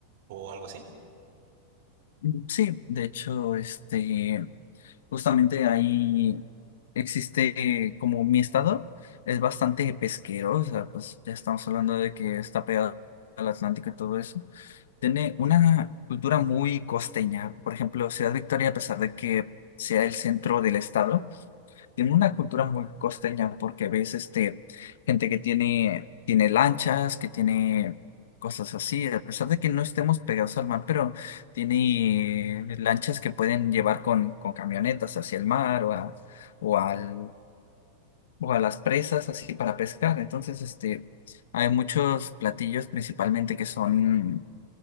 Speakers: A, on the right (about 50°); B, on the left (about 85°).
A: o algo así.
B: Mm, Sí, de hecho, este, justamente ahí existe como mi estado es bastante pesquero, o sea, pues ya estamos hablando de que está pegado al Atlántico y todo eso. Tiene una cultura muy costeña, por ejemplo, Ciudad Victoria, a pesar de que sea el centro del estado, tiene una cultura muy costeña porque ves este, gente que tiene, tiene lanchas, que tiene cosas así, a pesar de que no estemos pegados al mar, pero tiene lanchas que pueden llevar con, con camionetas hacia el mar o a, o al, o a las presas así para pescar. Entonces, este, hay muchos platillos principalmente que son